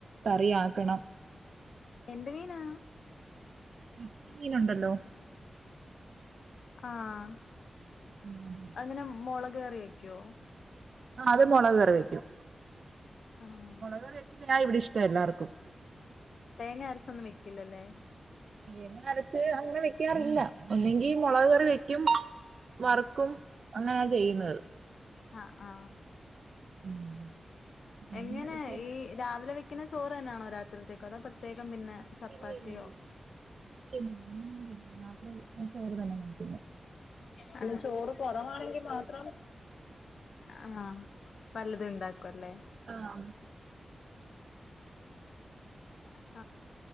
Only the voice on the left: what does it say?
എന്ത് മീനാ
ആഹ്
എങ്ങന മൊളക് കറിയെക്കോ
ആഹ്
തേങ്ങ അരച്ചൊന്നും വെക്കില്ലല്ലേ?
ആഹ.
എങ്ങനെ
ഈ, രാവിലെ വെക്കുന്ന ചോറ് തന്നെയാണോ? രാത്രിത്തേക്കോ, അതോ പ്രത്യേകം പിന്നെ, ചപ്പാത്തിയോ,
അല്ല ചോറ് കുറവാണെങ്കി മാത്രം. ആഹ വല്ലതും ഉണ്ടക്കും അല്ലേ.
ആഹ